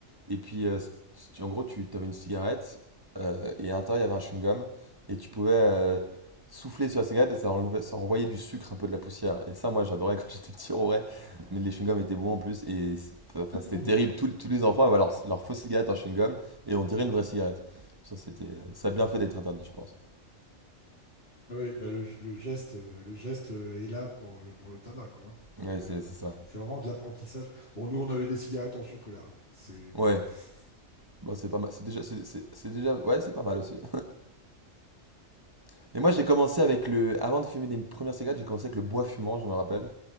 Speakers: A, on the right (about 20°); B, on the left (about 45°).
A: Et puis, euh, si tu- en gros, tu avais une cigarette euh, et à l'intérieur, il y avait un chewing-gum. Et tu pouvais euh, souffler sur la cigarette et ça, enlevait, ça envoyait du sucre, un peu de la poussière. Et ça, moi, j'adorais <laughs> quand j'étais petit, en vrai. Mais les chewing-gums étaient bons en plus. Et c'est- enfin, c'était
B: Mm.
A: terrible. Tous, tous les enfants avaient leur, leur fausse cigarette en chewing-gum et on dirait une vraie cigarette. Ça, c'était, ça a bien fait d'être interdit, je pense.
B: oui, bah, le, le geste, euh, le geste euh, est là pour, le- pour le tabac, quoi. hein. Donc,
A: Ouais, c'est
B: euh,
A: c'est ça.
B: c'est vraiment de l'apprentissage. Bon, nous, on avait des cigarettes en chocolat. hein. C'est,
A: Ouais.
B: <laughs>
A: Bon, c'est pas mal. C'est déjà, c'est c'est- c'est déjà, ouais, c'est pas mal aussi. <laughs> Mais moi, j'ai commencé avec le. Avant de fumer des premières cigarettes, j'ai commencé avec le bois fumant, je me rappelle.